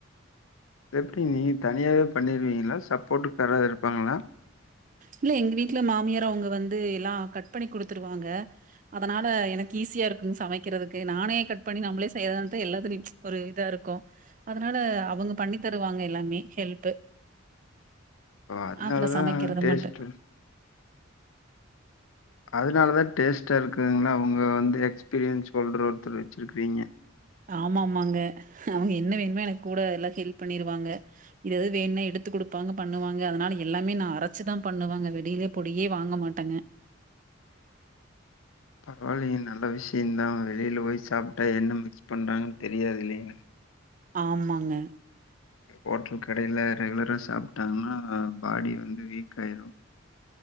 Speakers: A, on the left (about 85°); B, on the right (about 40°).
A: எப்டி நீங்க தனியாவே பண்ணிருவீங்களா சப்போட்டுக்காராது இருப்பாங்களா
B: இல்ல எங்க வீட்ல மாமியாரு அவுங்க வந்து எல்லாம் கட் பண்ணி குடுத்துருவாங்க அதனால எனக்கு ஈஸியா இருக்குங்க சமைக்கிறதுக்கு நானே கட் பண்ணி நம்மளே செய்றதா இருந்தா எல்லாத்துலியு ஒரு இதா இருக்கும் அதனால அவுங்க பண்ணி தருவாங்க எல்லாமே ஹெல்ப்பு
A: ஓ அதனாலதா
B: ஆ நம்ப சமைக்கிறத
A: டேஸ்ட்டு
B: மட்டு
A: அதனாலதா டேஸ்ட்டா இருக்குங்களா உங்க வந்து எக்ஸ்பீரியன்ஸ் சொல்ற ஒருத்தரு வச்சிருக்குறீங்க
B: ஆமா ஆமாங்க அவுங்க என்ன வேணுமோ எனக்கு கூட எல்லா ஹெல்ப் பண்ணிருவாங்க இது இது வேணுன்னு எடுத்து குடுப்பாங்க பண்ணுவாங்க அதனால எல்லாமே நா அரைச்சுதா பண்ணுவங்க வெளியில பொடியே வாங்க மாட்டங்க
A: பரவால்லிங்க நல்ல விஷ்யோதா வெளியில போய் சாப்ட்டா என்ன மிக்ஸ் பண்றாங்கன்னு தெரியாது இல்லிங்க
B: ஆமாங்க
A: ஹோட்டல் கடையில ரெகுலரா சாப்ட்டாங்கன்னா பாடி வந்து வீக் ஆயிடும்